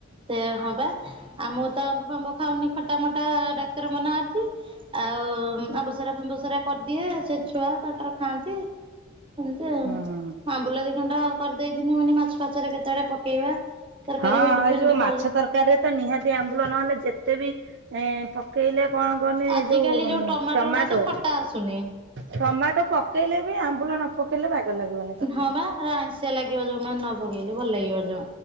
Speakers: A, on the right (about 25°); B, on the right (about 60°).
A: ସେ ହଁ ବା ଆଉ ମୁଁ ତ ଆମ୍ବ ଫମ୍ବ ଖାଉନି ଖଟା ମଟା ଡାକ୍ତର ମନା ଅଛି ଆଉ ଆମ୍ବସରା ଫମ୍ବସରା କରିଦିଏ ସେ ଛୁଆ ତାଙ୍କର ଖାଆନ୍ତି। ଏମିତି
B: ହଁ।
A: ଆମ୍ବୁଲ ଦି ଖଟା କରିଦେଇଦିନି ମନି ମାଛ ଫଛରେ କେତେବେଳେ ପକେଇବା। ତରକାରୀ
B: ହଁ
A: ଭେଣ୍ଡି
B: ଏଇ
A: ଫେଣ୍ଡି
B: ଯୋଉ
A: କଲେ
B: ମା ଛ ତରକାରୀରେ ତ ନିହାତି ଆମ୍ବୁଳ ନହଲେ ଯେତବି ପକେଇଲେ ମାନେ
A: ଆଜିକାଲି
B: ଯୋଉ ଟମାଟୋ
A: ଗୁଡା ତ ଖଟା ଆସୁନି।
B: ଟମାଟୋ ପକେଇଲେ ବି ଆମ୍ବୁଲ ନ ପକେଇଲେ ବାଗ ଲାଗିବନି ତରକାରୀ।
A: ହଁ ଆଇସିଆ ଲାଗିବ ଯୋଉମାନେ ନ ପକେଇଲେ ଭଲ ଲାଗିବନି।